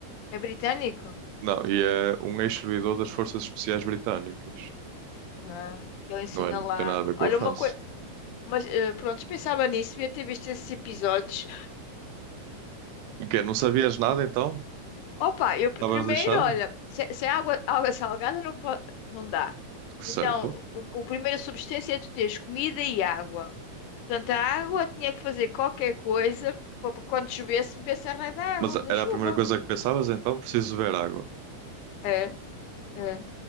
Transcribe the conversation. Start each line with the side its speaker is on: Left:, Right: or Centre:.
Left: É britânico?
Right: Não, e é um ex-servidor das Forças Especiais Britânicas.
Left: Ah, que ele ensina
Right: Não é, não
Left: lá.
Right: tem nada a ver com
Left: Olha,
Right: a França.
Left: uma coisa... Mas eh, pronto, pensava nisso, devia ter visto esses episódios
Right: O quê? Não sabias nada então?
Left: Opa, eu p-
Right: Estavas
Left: primeiro,
Right: lixado?
Left: olha, se, se é água, <laughs> água salgada não, po- não dá.
Right: Que
Left: Então,
Right: certo.
Left: o, o primeiro substância é tu teres comida e água. Portanto, a água tinha que fazer qualquer coisa para quando chovesse, bebesse a raio da água,
Right: Mas
Left: da
Right: era
Left: chuva.
Right: a primeira coisa que pensavas então? Preciso beber água.
Left: É, é.